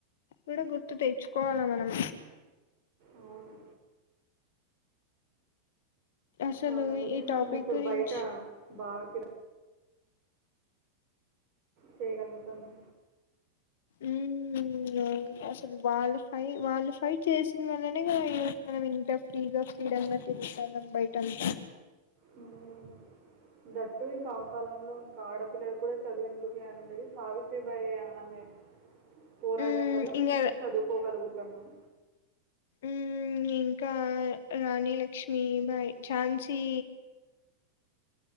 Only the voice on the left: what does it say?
కూడా గుర్తు తెచ్చుకోవాల మనం
అసలు
ఈ
టాపిక్
గురించి
ఊ ఆ అసలు వాళ్ళ ఫై వాళ్ళు ఫైట్ చేసిన వల్లనే మనం ఈ రోజు మనం ఇంత ఫ్రీగా ఫ్రీడం గా తిరుగుతనం బయిట అంత
ఉమ్
ఇంగా
ఊ ఇంకా రాణి లక్ష్మి బాయ్ ఝాన్సీ